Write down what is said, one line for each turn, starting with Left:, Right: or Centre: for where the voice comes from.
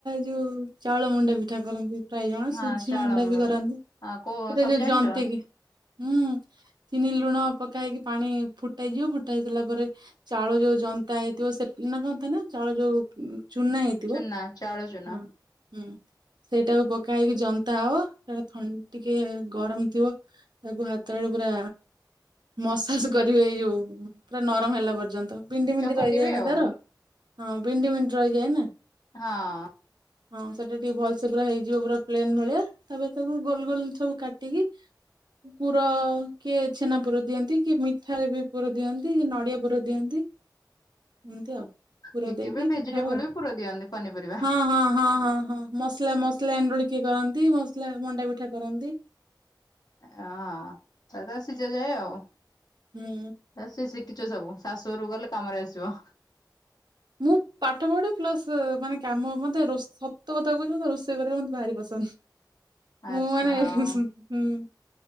Right: ଯୋଉ ଚାଉଳ ମଣ୍ଡା ପିଠା କରନ୍ତି। ପ୍ରାୟେ ଜଣ
Left: ହଁ
Right: ସୁଜି
Left: ଚାଉଳ
Right: ମଣ୍ଡା ବି କରନ୍ତି
Left: ପିଠା। ହଁ କୋଉ
Right: ସେଟା
Left: ସବୁ
Right: ଯୋଉ
Left: ଜାଣିଛ
Right: ଜନ୍ତିକିି ହୁଁ ଚିନି ଲୁଣ ପକା ହେଇକି ପାଣି ଫୁଟାଯିବ ଫୁଟା ହେଇସାରିଲା ପରେ ଚାଉଳ ଯୋଉ ଜନ୍ତା ହେଇଥିବ ସେ ନା କଥା ନା ଚାଉଳ ଯୋଉ ଉଁ ଚୁନା ହେଇଥିବ
Left: ଚୁନା ଚାଉଳ ଚୁନା
Right: ହଁ। ହୁଁ ସେଇଟାକୁ ପକା ହେଇକି ଜନ୍ତା ହବ ସେଟା ଥଣ୍ଡ ଟିକେ ଗରମ ଥିବ। ତାକୁ ହାତରେ ପୁରା। ମସାଜ କରିବି ଏଇ ଯୋଉ ପୁରା ନରମ ହେଲା ପର୍ଯ୍ୟନ୍ତ ବିଣ୍ଡି ବିଣ୍ଡି
Left: ଚକଟିବେ
Right: ରହିଯାଏ ନା
Left: ଆଉ।
Right: ତାର। ହଁ ବିଣ୍ଡି ବିଣ୍ଡି ରହିଯାଏ ନା।
Left: ହଁ।
Right: ହଁ ସେଇଟା ଟିକେ ଭଲସେ ପୁରା ହେଇଯିବ ପୁରା ପ୍ଲେନ୍ ଭଳିଆ। ତାପରେ ତାକୁ ଗୋଲ ଗୋଲ ସବୁ କାଟିକି। ପୁର କିଏ ଛେନା ପୁର ଦିଅନ୍ତି କିଏ ମିଠାରେ ବି ପୁର ଦିଅନ୍ତି କି ନଡିଆ ପୁର ଦିଅନ୍ତି। ଏମିତି ଆଉ। ପୁର
Left: କିଏ
Right: ଦେଇକି
Left: କିଏ ବି ଭେଜିଟେବୁଲ
Right: ପିଠା ହବ
Left: ବି ପୁର ଦିଅନ୍ତି ପନିପରିବା।
Right: ହଁ ହଁ ହଁ ହଁ ହଁ ମସଲା ମସଲା ଏଣ୍ଡୁଳି କିଏ କରନ୍ତି ମସଲା ମଣ୍ଡା ପିଠା କରନ୍ତି।
Left: ହଁ ତାପରେ ସିଜା ଯାଏ ଆଉ।
Right: ହୁଁ
Left: ଆ ସେ ଶିଖିଛ ସବୁ ଶାଶୁ ଘରୁକୁ ଗଲେ କାମରେ ଆସିବ।
Right: ମୁଁ ପାଠ ପଢେ ପ୍ଲସ ମାନେ କାମ ମତେ ରୋଷ ସତ କଥା କହୁଛି ମତେ ରୋଷେଇ କରିବାକୁ ମତେ ଭାରି ପସନ୍ଦ।
Left: ଆଚ୍ଛା
Right: ମୁଁ ମାନେ
Left: ହଉ
Right: ହୁଁ ହୁଁ ହୁଁ।